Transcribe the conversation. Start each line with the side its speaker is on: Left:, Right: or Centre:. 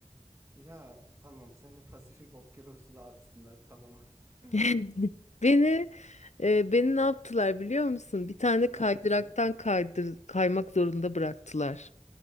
Right: Ya tamam seni Pasifik Okyanusu'na atsınlar tamam.
Left: <laughs>
Right: <laughs>
Left: Beni e, beni
Right: Heh,
Left: ne yaptılar biliyor musun? Bir tane
Right: Ne
Left: kaydıraktan
Right: yaptılar?
Left: kaydır kaymak zorunda bıraktılar.